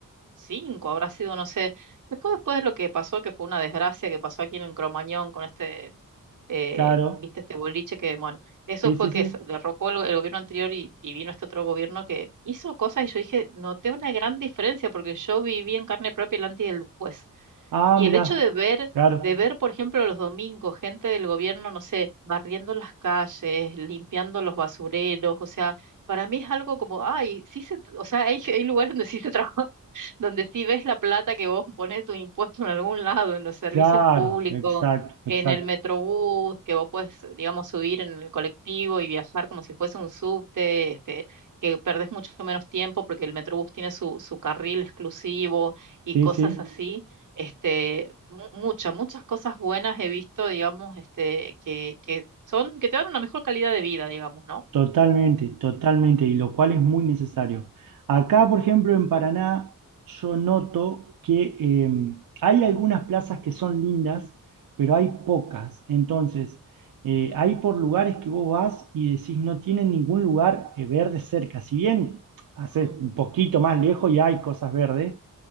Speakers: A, on the right (about 60°); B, on the right (about 80°).
A: cinco habrá sido, no sé, después, después de lo que pasó, que fue una desgracia que pasó aquí en Cromañón con este, eh,
B: claro,
A: viste, este boliche que, bueno, eso
B: sí,
A: fue
B: sí, sí.
A: que se derrocó el, el gobierno anterior y, y vino este otro gobierno que hizo cosas y yo dije, noté una gran diferencia porque yo viví en carne propia el antes y el después
B: Ah,
A: y
B: mirá,
A: el hecho de ver,
B: claro,
A: de ver, por ejemplo, los domingos, gente del gobierno, no sé, barriendo las calles, limpiando los basureros, o sea, para mí es algo como, ay, sí se, o sea, hay, <laughs> hay lugares donde sí se trabaja, <laughs> donde sí ves la plata que vos pones tu impuesto en algún lado, en los servicios
B: claro,
A: públicos,
B: exacto, exacto,
A: en el metrobús, que vos puedes, digamos, subir en el colectivo y viajar como si fuese un subte, este, que perdés mucho menos tiempo porque el metrobús tiene su, su carril exclusivo y
B: sí,
A: cosas
B: sí.
A: así este, mu- muchas, muchas cosas buenas he visto, digamos, este, que, que son, que te dan una mejor calidad de vida, digamos, ¿no?
B: Totalmente, totalmente, y lo cual es muy necesario. Acá, por ejemplo, en Paraná, yo noto que eh, hay algunas plazas que son lindas, pero hay pocas. Entonces, eh, hay por lugares que vos vas y decís no tienen ningún lugar eh, verde cerca. Si bien hace
A: Mm,
B: un poquito
A: claro.
B: más lejos y hay cosas verdes,